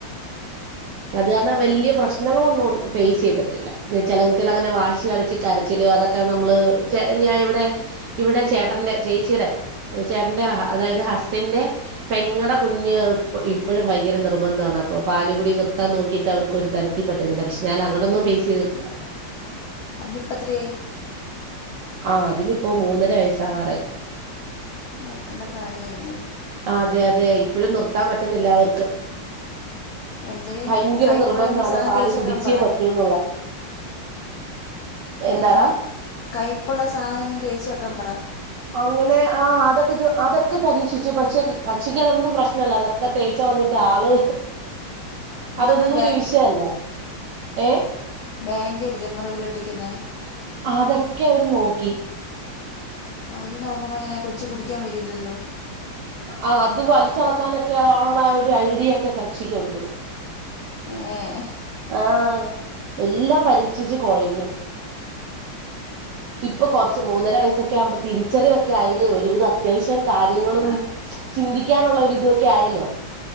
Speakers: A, on the right; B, on the left.
A: അത് കാരണംവലിയ
B: കൊണ്ടോവാറൊക്കെ
A: പ്രശ്നം പ്രശ്നങ്ങളൊന്നും ഫേസ് ചെയ്തിട്ടില്ല ചില കുട്ടികള അങ്ങനെ വാശി കണിച്ച് കരച്ചിലോ അതൊക്കെ നമ്മള് ച ഞാൻ ഇവിടെ ഇവിടെ ചേട്ടന്റെ ചേച്ചിയടെ ചേട്ടന്റെ അതായത് ഹസ്സന്റെ പെങ്ങടെ കുഞ്ഞ് ഇപ്പോഴും ഭയങ്കര നിർബന്ധമാണ് അപ്പൊ പാലുകുടി നിർ ത്താ നോക്കിട്ട വർക്കൊരു തരത്തി പറ്റുന്നില്ല പക്ഷ ഞൻ അങ്ങനൊന്നും ഫേസ് ചെയ്തിട്ടില്ല
B: അതിപ്പത്രയ
A: ആ അതിനിപ്പോ മൂന്നര വയസ്സാവാറ
B: നേരത്തണ്ട പ്രായയില്ലേ
A: ആ അതെ അതെ ഇപ്പഴും നിർത്താൻ പറ്റുന്നില്ലാവർക്ക്
B: എന്തേലും
A: ഭയങ്കര
B: കൈപ്പട
A: നിർബന്ധമാണ്
B: എന്തെങ്കിലും സാധനം
A: പാല്
B: തേച്ച്
A: കുടിച്ചേ
B: വെക്കാൻ പറ
A: പറ്റൂ എന്നുള്ള എന്താടാ
B: ഈ നമ്മളെ കയ്പ്പുള്ള സാധനം തേച്ച് വെക്കാ പറ
A: അങ്ങനെ ആ അതൊക്കെ ഇത് അതൊക്കെ പരീക്ഷിച്ച് പക്ഷേ കക്ഷിക്ക് അതൊന്നും പ്രശ്നല്ല അത ഒക്കെ തേച്ച വഞ്ഞിട്ട് ആള് അതൊന്നും
B: നമ്മുടെ
A: ഒരു വിഷയല്ല ഏ
B: ബെന്റ ഇടല മുറിവിലൊട്ടിക്കുന്നെ.
A: അതക്കെ അവര് നോക്കി
B: അത് നോക്കുമ്പയെ കൊച് കുടിക്കാൻ വരില്ലല്ലോ
A: ആ അത് വലിച്ചളക്കാനൊക്കെ ഉള്ള ഒരു ഐഡിയ ഒക്കെ കക്ഷിക്കണ്ട്
B: ഏഹ്‌.
A: ആഹ എല്ലാം പരീക്ഷിച്ച് കൊഴഞ്ഞു ഇപ്പൊ കുറച്ച് മൂന്നര വയസ്സൊക്കെ ആകുമ്പോ തിരിച്ചറിയൊക്കെ ആയില്യോ ഒരു വിത ത്യാവശ്യം കാര്യങ്ങളും
B: ആ
A: ചിന്തിക്കാനുള്ള ഒരിതൊക്കെ ആയല്ലോ